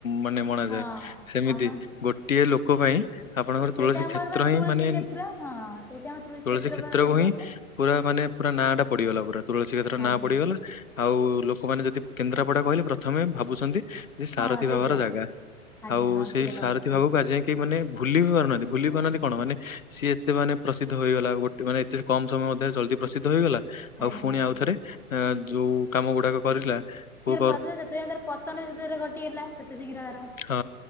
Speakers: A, on the left (about 65°); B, in the centre.
A: ମନେ ମନାଯାଏ।
B: ହଁ
A: ସେମିତି
B: ଆମ
A: ଗୋଟି ଗୋଟିଏ ଲୋକ ପାଇଁ ଆପଣଙ୍କର
B: ସେଇଟା
A: ତୁଳସୀ
B: ଆମର
A: କ୍ଷେତ୍ର
B: ବା
A: ହିଁ
B: ତୁଳସୀ
A: ମାନେ
B: କ୍ଷେତ୍ର ହଁ ସେଇଟା ଆମର ତୁଳସୀ।
A: ତୁଳସୀ
B: କ୍ଷେତ୍ର
A: କ୍ଷେତ୍ରକୁ
B: ବା କେନ୍ଦ୍ରାପଡା।
A: ହିଁ ପୁରା ମାନେ ପୁରା ନାଁ ଟା ପଡ଼ିଗଲା ପୁରା ତୁଳସୀ କ୍ଷେତ୍ରର
B: ଆଜ୍ଞା
A: ନାଁ ପଡ଼ିଗଲା। ଆଉ ଲୋକମାନେ ଯଦି କେନ୍ଦ୍ରାପଡ଼ା କହିଲେ ପ୍ରଥମେ ଭାବୁଛନ୍ତି ସେ
B: ହଁ
A: ସାରଥିୀ
B: ସେଇଟା
A: ବାବାର ଜାଗା।
B: ଆଜ୍ଞା
A: ଆଉ
B: ହଁ
A: ସେଇ
B: ସେଇଟା ଭାବୁଛନ୍ତି
A: ସାରଥିୀ ବାବାକୁ ଆଜି ଯାଏ କେ ସେ ମାନେ ଭୁଲି ବି ପାରୁନାହାନ୍ତି ଭୁଲି ପାରୁନାହାନ୍ତି କଣ ମାନେ ସିଏ ଏତେ ମାନେ ପ୍ରସିଦ୍ଧ। ପ୍ରସିଦ୍ଧ ହୋଇଗଲା ଗୋଟେ ମାନେ ଏତେ କମ୍‌ସମୟ ମଧ୍ୟରେ ଜଲ୍‌ଦି ପ୍ରସିଦ୍ଧ ହୋଇଗଲା। ଆଉ
B: ଆଜ୍ଞା
A: ପୁଣି
B: ଆଜ୍ଞା।
A: ଆଉ ଥରେ ଯୋ--ଉ କାମ ଗୁଡ଼ାକ କରିଥିଲା କ
B: ସେ ତର ପତନ ସେତେ ଘଟିଯାଇଥିଲା ସେତେ ଶୀଘ୍ର ଆର।
A: ହଁ